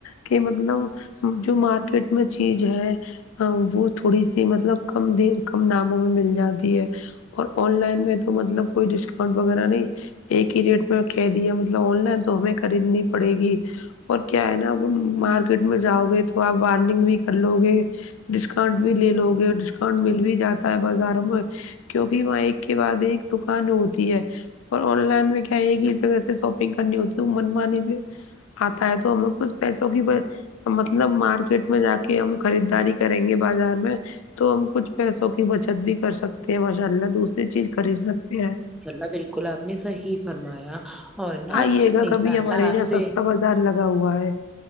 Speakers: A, on the left; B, in the centre.
A: کہ مطلب جو مارکیٹ میں چیز ہے وہ تھوڑی سی مطلب کم د کم داموں میں مل جاتی ہے اور آن لائن میں تو مطلب کوئی ڈسکاؤنٹ وغیرہ نہیں ایک ہی ریٹ میں کہ دیا مطلب آن لائن تو ہمیں خریدنی پڑے گی اور کیا ہے نا مارکیٹ میں جاؤ گے تو آپ بارننگ بھی کر لو گے ڈسکاؤنٹ بھی لے لو گے ڈسکاؤنٹ مل بھی جاتا ہے بازاروں میں کیونکہ وہاں ایک کے بعد ایک دکان ہوتی ہے اور آن لائن میں کیا ہے ایک ہی جگہ سے شاپنگ کرنی ہوتی منمانی سے آتا ہے تو ہمیں کچھ پیسوں کی مطلب مارکیٹ میں جا کے ہم خریداری کریں گے بازار میں تو ہم کچھ پیسوں کی بچت بھی کر سکتے ہیں ماشاء اللہ دوسری چیز خرید سکتے ہیں
B: لہ بالکل آپ نے صحیح فرمایا اور نا
A: آئیے گا
B: انشاء
A: کبھی
B: اللہ
A: ہمارے یہاں
B: آپ سے
A: سستا بازار لگا ہوا ہے